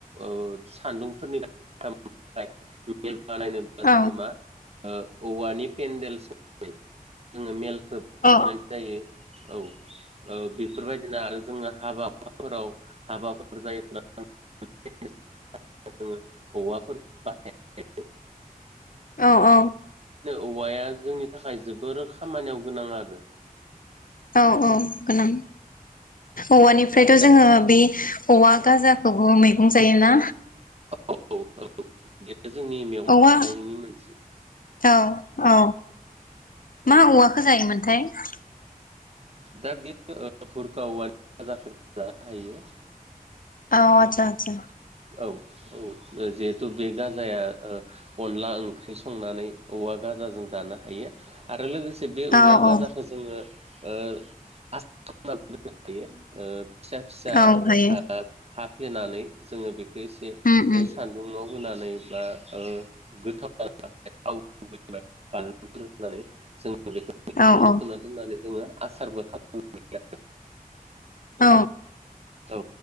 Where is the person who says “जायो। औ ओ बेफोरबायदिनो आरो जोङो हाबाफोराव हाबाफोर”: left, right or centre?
Right